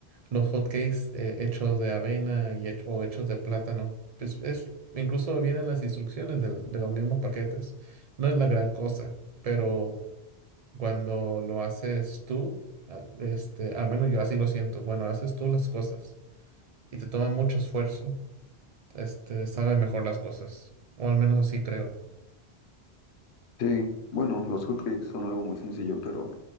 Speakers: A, on the right; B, on the left.
A: los hotcakes eh, hechos de avena y hech- o hechos de plátano. Pues es, incluso vienen las instrucciones del- de, los mismos paquetes. No es la gran cosa, pero cuando lo haces tú, al- este, al menos yo así lo siento, cuando haces tú las cosas y te toma mucho esfuerzo, este, sabe mejor las cosas, o al menos así creo.
B: Sí. Bueno, los hotcakes son algo muy sencillo, pero